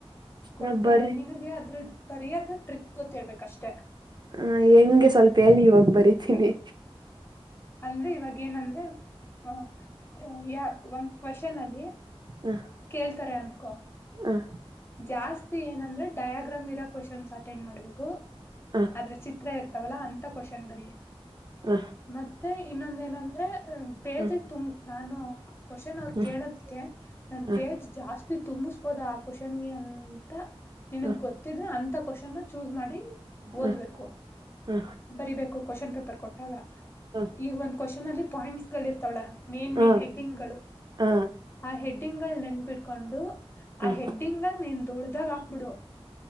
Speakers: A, on the left; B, on the right.
A: ಕೊಡ್ತಾರೆ
B: ನಾವ್ ಬರ್ರಿ
A: ನಿನಗೆ ಅದ್ರ ಬರಿಯಾದ ಟ್ರಿಕ್ ಗೊತ್ತಿರ್ಬೇಕಷ್ಟೇ
B: ಹ ಹೆಂಗೆ ಸ್ವಲ್ಪ ಎಲ್ಲಿ ಹೋಗ್ ಬರತೀನಿ
A: ಅಂದ್ರೆ ಇವಾಗ ಏನಂದ್ರೆ ಹ ಯ ಒಂದ್ ಕ್ವಶನ್ ಅಲ್ಲಿ
B: ಹ
A: ಕೇಳ್ತಾರೆ ಅನ್ಕೊ
B: ಹ
A: ಜಾಸ್ತಿ ಏನಂದ್ರೆ ಡಯಾಗ್ರಾಮ್ ಇರೋ ಕ್ವನ್ಸ್ ಅಟೆಂಡ್ ಮಾಡ್ಬೇಕು
B: ಹ ಹ
A: ಆದ್ರೆ ಚಿತ್ರ ಇರ್ತಾವಲ್ಲಾ ಅಂತ ಕ್ವಶನ್ ಬರ
B: ಹ
A: ಮ ಮತ್ತೆ ಇನ್ನೊಂದ ಏನಂದ್ರೆ ಪೇಜೆ
B: ಹ
A: ತುಂಬ ನಾನು ಕ್ವಶನ್ ಅವರು
B: ಹ
A: ಕೇಳೋದಕ ನನ್
B: ಹ
A: ಪೇಜ್ ಜಾಸ್ತಿ ತುಂಬಿಸಬೋದ ಆ ಕ್ವಶನ್ಗೆ ಅಂತ ನಿನಗ್
B: ಹ
A: ಗೊತ್ತಿದ್ರೆ ಅಂತ ಕ್ವಶನ್ ಚೂಸ್ ಮಾಡಿ
B: ಹ
A: ಓದ್ಬೇಕು
B: ಹ
A: ಬರಿಬೇಕು ಕ್ವಶನ್ ಪೇಪರ್ ಕೊಟ್ಟಾಗ
B: ಹ
A: ಈಗ ಒಂದ್ ಕ್ವಶನ್ ಅಲ್ಲಿ ಪಾಯಿಂಟ್ಸ್ ಗಳು ಇರ್ತಾವಳ ಮೇನ್
B: ಹ
A: ಮೇನ್ ಹೆಡ್ಡಿಂಗ್ ಗಳು ಆ
B: ಹ
A: ಹೆಡ್ಡಿ ಹೆಡ್ಡಿಂಗ್ಗಳ ನೆನ್ಪಿಟ್ಕೊಂಡು
B: ಹ
A: ಆ ಹೆಡ್ಡಿಂಗ ಅ ನೀನ್ ದೊಡ್ದಾಗ ಬಿಡುುವ